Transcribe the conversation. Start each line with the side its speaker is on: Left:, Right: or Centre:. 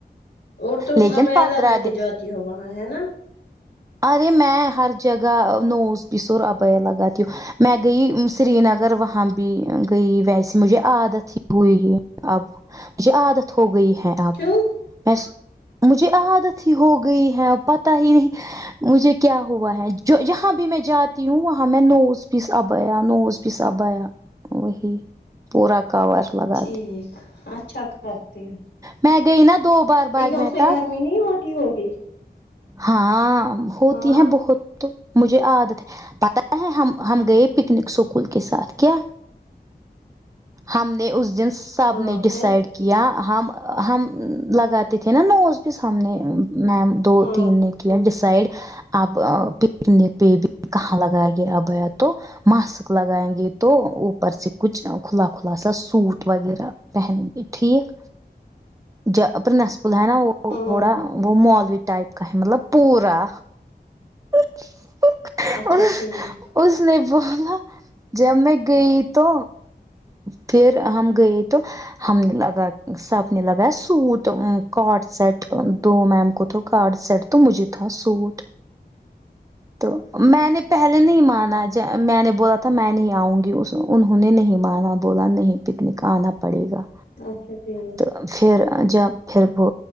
Left: اور تم
Right: لیکن
Left: اب
Right: پندرہ
Left: ال الگ کے
Right: دن
Left: جاتی ہو وہاں ہے نا
Right: ارے میںی ہر جگہ نوز پس اور ابیا ال لگاتی ہو م میں گئی سری نگر وہاں بھی بھی گئی ویسے مجھے عادت ہی ہوئی ہے اب مجھے عادت ہو گئی ہے اب
Left: کیوں
Right: میں مجھے عادت ہی ہو گئی ہے اب پت ہی نہیں مجھے کیا ہوا ہے جو جہاں بھی میں جاتی ہوں وہاں میں نوز پیس آبیا نوز نو سپیس عبایا وہی پورا کور لگا
Left: ٹھیک
Right: دی
Left: اچھا کرتی ہوں
Right: میں گئی نا دو بار
Left: لیکن
Right: باغ
Left: اس
Right: مہتاب
Left: میں گرمی نہیں ہوتی ہوگی
Right: ہاں ہوتی
Left: ہاں
Right: ہے بہت تو مجھے عادت ہے پتا ہے ہم ہم گئے پکنک اسکول کے ساتھ کیا ہم نے اس دن سب
Left: ہاں
Right: نے ڈسائڈ
Left: پھر
Right: کیا کیا ہم ہم لگاتے تھے نا نوز پس ہم نے میم دو
Left: ہاں
Right: تین نے کیا ڈسائڈ اب پکنک پہ بھی کہاں لگا گے ابیا تو ماسک لگائیں گے تو اوپر سے کچھ کھلا کھلا سا سوٹ وغیرہ بہن گے ٹھیک ج اپرنا سکول ہے نا وہ
Left: ہاں
Right: تھوڑا وہ مولوی ٹائپ کا ہے مطلب پورا اس
Left: اچھا ٹھیک
Right: اس نے بولا جب میں گئی تو پھر ہم گئے تو ہم نے لگا سب نے لگا سوٹ کاڈ سیٹ دو میم کو تھو کاڈ سیٹ تو مجھے تھا سوٹ تو میں نے پہلے نہیں مانا میں نے بولا تھا میں نہیں آؤں گی اس انہوں نے نہیں مانا بولا نہیں پکنک آنا پڑے گا
Left: اچھا ٹھیک
Right: تو پھر جب پھر وہ